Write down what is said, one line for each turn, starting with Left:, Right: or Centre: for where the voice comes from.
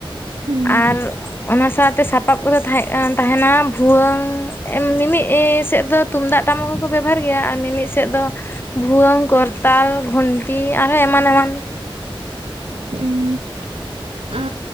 Right: ᱦᱩᱸ
Left: ᱟᱨ ᱚᱱᱟ ᱥᱟᱶᱛᱮ ᱥᱟᱯᱟᱯ ᱠᱚᱫᱚ ᱛᱟᱦᱮᱸ ᱛᱟᱦᱮᱱᱟ ᱵᱷᱩᱣᱟᱹᱝ ᱢᱤᱢᱤᱫ ᱥᱮᱫ ᱫᱚ ᱛᱩᱢᱫᱟᱜ ᱴᱟᱢᱟᱠ ᱜᱮᱠᱚ ᱵᱮᱵᱚᱦᱟᱨ ᱜᱮᱭᱟ ᱟᱨ ᱢᱤᱢᱤᱫ ᱥᱮᱫ ᱫᱚ ᱵᱷᱩᱭᱟᱹᱝ ᱠᱚᱨᱛᱟᱞ ᱜᱷᱚᱱᱴᱟ ᱛᱤ ᱟᱨᱦ ᱮᱢᱟᱱ ᱮᱢᱟᱱ
Right: ᱦᱸ ᱚ